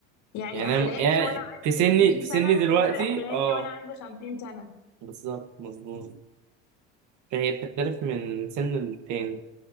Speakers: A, on the left; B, on the right.
A: يعني
B: يعني
A: احلامي
B: انا م- يعني
A: وانا عندي
B: في سني
A: 20
B: في
A: سنه
B: سني دلوقتي
A: غير احلامي
B: اه
A: وانا عندي 50 سنه
B: بالظبط مظبوم فهي بتختلف من سن للتاني